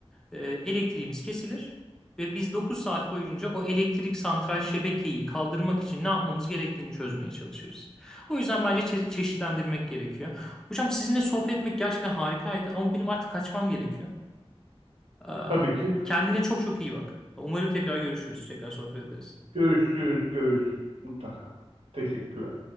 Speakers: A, in the centre; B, on the right (about 70°).
A: e, elektriğimiz kesilir ve biz 9 saat boyunca o elektrik santral şebekeyi kaldırmak için ne yapmamız gerektiğini çözmeye çalışırız. O yüzden bence çe- çeşitlendirmek gerekiyor. Hocam sizinle sohbet etmek gerçekten harikaydı ama benim artık kaçmam gerekiyor. Ee,
B: Tabii ki.
A: Kendine çok çok iyi bak. Umarım tekrar görüşürüz. Tekrar sohbet ederiz.
B: Görüşürüz, görüşürüz mutlaka. Teşekkürler.